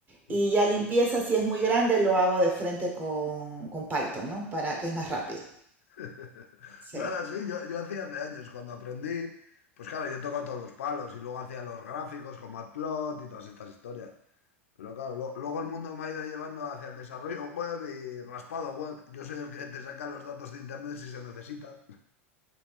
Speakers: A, on the left; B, on the right.
A: mm.
B: y ya limpieza si es muy grande lo hago de frente con, con Python, ¿no? Para que es más rápido.
A: <laughs>
B: Sí.
A: Nada, sí, yo, yo hacía hace años cuando aprendí, pues claro, yo he tocado todos los palos y luego hacía los gráficos con Matplot y todas estas historias. Pero claro, lo- luego el mundo me ha ido llevando hacia el desarrollo web y raspado web. Yo soy el que te saca los datos de internet si se necesitan.